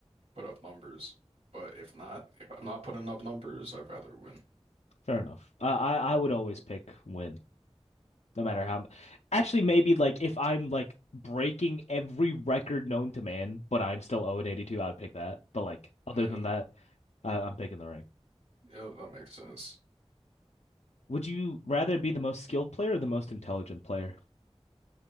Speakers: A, on the right (about 85°); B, on the left (about 85°).
A: put up numbers. But if not, if I'm not putting up numbers, I'd rather win.
B: Fair enough. I, I, I would always pick win. No matter how, actually, maybe like if I'm like breaking every record known to man, but I'm still 0 and 82, I would pick that. But like other
A: Yeah,
B: than that, uh, I'm picking the ring.
A: yeah, that makes sense. <clears throat>
B: Would you rather be the most skilled player or the most intelligent player?